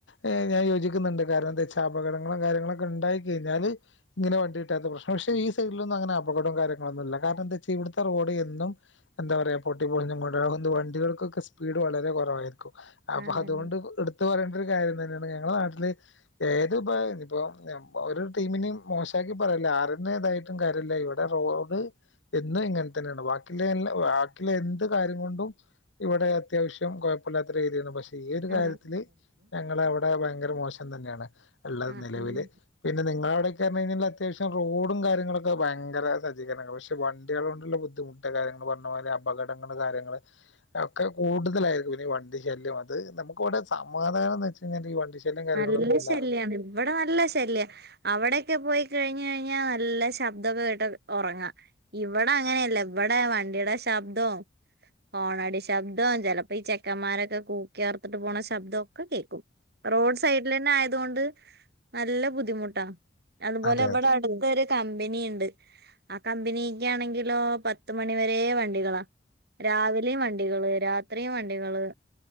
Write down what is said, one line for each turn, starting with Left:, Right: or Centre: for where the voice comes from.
Left: ഏഹ് ഞാൻ യോജിക്കുന്നുണ്ട് കാരണം എന്താന്ന് ച്ചാ അപകടങ്ങളും കാര്യങ്ങളൊക്കെ ഉണ്ടായി കഴിഞ്ഞാല് ഇങ്ങനെ വണ്ടിയില്ലാത്ത പ്രശ്നം പക്ഷെ ഈ സൈഡിലൊന്നും അങ്ങനെ അപകടൊ കാര്യങ്ങളൊന്നുമില്ല കാരണം ന്തെ ച്ചാ ഇവിടുത്തെ റോഡ് എന്നും എന്താ പറയാ പൊട്ടി പൊളിഞ്ഞ് കൊണ്ട് വണ്ടികൾക്കൊക്കെ സ്പീഡ് വളരെ കൊറവായിരിക്കും അപ്പൊ
Right: അതെ
Left: അതുകൊണ്ട് എടുത്ത് പറയേണ്ട ഒരു കാര്യം തന്നെയാണ് ഞങ്ങളെ നാട്ടില് ഏത് ഇപ്പൊ ഇപ്പൊ ഒരു ടീമിനേയും മോശാക്കി പറയല്ല ആറിന്നേതാ കാര്യമില്ല ഇവിടെ റോഡ് എന്നും ഇങ്ങനെ തന്നെയാണ് ബാക്കിയുള്ള എല്ലാം ബാക്കിയുള്ള എന്ത് കാര്യം കൊണ്ടും ഇവിടെ അത്യാവശ്യം കൊ ഴപ്പമില്ലാത്ത ഒരു ഏരിയാണ് പക്ഷെ ഈ ഒരു
Right: ആ
Left: കാര്യത്തില് ഞങ്ങളെ അവിടെ ഭയങ്കര മോശം തന്നെയാണ് ഉള്ളത്
Right: ആ
Left: നിലവില്
Right: ഉം
Left: പിന്നെ നിങ്ങളെ അവിടൊക്കെ അണെങ്കിൽ അത്യാവശ്യം റോഡും കാര്യങ്ങളൊക്കെ ഭയങ്കര സജ്ജീകരണമാണ് പക്ഷെ വണ്ടികൾ കൊണ്ടുള്ള ബു ബുദ്ധിമുട്ട് കാര്യങ്ങള് പറഞ്ഞ പോലെ അപകടങ്ങള് കാര്യങ്ങള് ഒക്കെ കൂടുതലായിരിക്കും ഇനി വണ്ടി ശല്യം അത് നമുക്കിവിടെ സമാധാനംന്ന് വെച്ചാ ഈ വണ്ടിശല്യം കാര്യങ്ങളൊന്നുമില്ല
Right: നല്ല ശല്യാണ് ഇവിടെ നല്ല ശല്ല്യ അവിടൊക്കെ പോയി കഴിഞ്ഞഴിഞ്ഞാ നല്ല ശബ്ദമൊക്കെ കേട്ട് ഒറങ്ങാം ഇവിടെ അങ്ങനെയല്ല ഇവിടെ വണ്ടിടെ ശബ്ദോ ഹോണടിശബ്ദോം ചെലപ്പൊഈ ചെക്കന്മാരൊക്കെ കൂക്കിആർത്തിട്ട് പോണ ശബ്ദൊക്കെ കേൾക്കും റോഡ് സൈഡിൽ ന്നെ ആയതുകൊണ്ട് നല്ല ബുദ്ധിമുട്ടാ അതുപോലെ
Left: അതെ
Right: ഇവിടെ
Left: അതെ
Right: അടു ഇവിടെ ഒരു കമ്പനി ഉണ്ട് ആ കമ്പനിയിക്കെ ആണെങ്കിലോ പത്ത് മണിവരേ വണ്ടികളാ രാവിലെയും വണ്ടികള് രാത്രിയും വണ്ടികള്